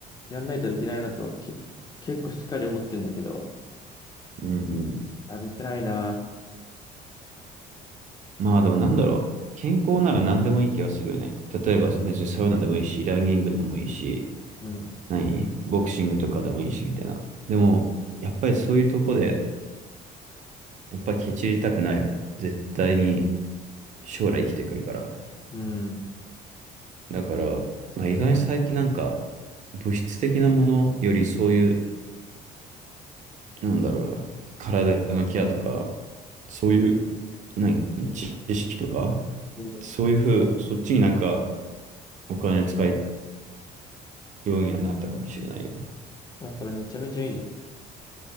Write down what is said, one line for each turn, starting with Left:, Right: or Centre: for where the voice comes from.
Left: やんないといけないなと、け、結構しっかり思ってんだけど、
Right: うん、うん。
Left: やれてないな。
Right: まあでもなんだろう。健康なら何でもいい気がするよね。例えば別にサウナでもいいし、ランニングでもいいし、
Left: うん。
Right: 何ボクシングとかでもいいし、みたいな。でも、やっぱりそういうとこで、やっぱりケチりたくないよね。絶対に将来生きてくるから。
Left: うん。
Right: だから、まあ、意外に最近なんか、物質的なものよりそういう、なんだろうな、体のケアとか、そういう、何、知知識とか、
Left: うん
Right: そういうふう、そっちになんか、お金使うようにはなったかもしれないよね。
Left: もうそれめちゃめちゃいいじゃん。っ